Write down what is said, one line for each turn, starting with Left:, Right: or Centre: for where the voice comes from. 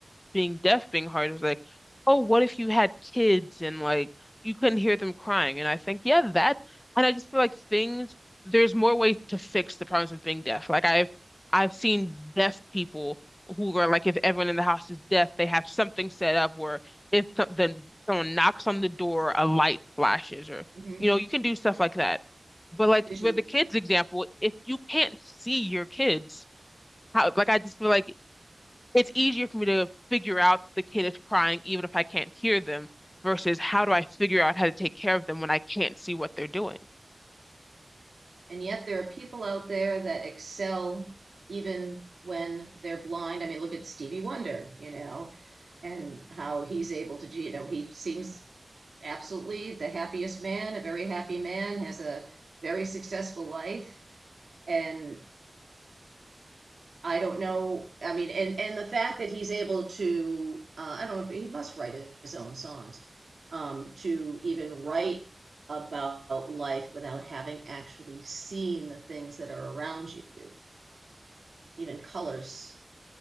Left: being deaf being hard is like, oh, what if you had kids and like you couldn't hear them crying? And I think, yeah, that, and I just feel like things, there's more ways to fix the problems of being deaf. Like I've, I've seen deaf people who are like, if everyone in the house is deaf, they have something set up where if so- then someone knocks on the door, a light flashes, or
Right: hmm
Left: you know, you can do stuff like that. But like
Right: Visual
Left: with the kids
Right: cues.
Left: example, if you can't see your kids, how like I just feel like it's easier for me to figure out the kid is crying even if I can't hear them versus how do I figure out how to take care of them when I can't see what they're doing.
Right: And yet there are people out there that excel even when they're blind. I mean, look at Stevie Wonder, you know, and how he's able to, you know, he seems absolutely the happiest man, a very happy man, has a very successful life. And I don't know. I mean, and and the fact that he's able to, uh, I don't know if he must write his own songs, um, to even write about life without having actually seen the things that are around you, even colors.